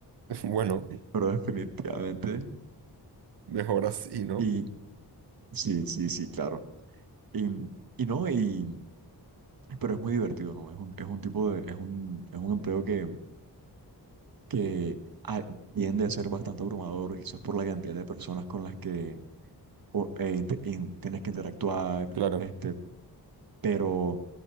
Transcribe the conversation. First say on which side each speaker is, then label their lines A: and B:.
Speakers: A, on the right; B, on the right.
A: Bueno,
B: Pero definitivamente.
A: mejor así, ¿no?
B: Y sí, sí, sí, claro. Y, y no, y pero es muy divertido, ¿no? Es un, es un tipo de, es un, es un empleo que, que a- tiende a ser bastante abrumador, quizás por la cantidad de personas con las que o- e inte- in- tienes que interactuar,
A: Claro.
B: este, pero,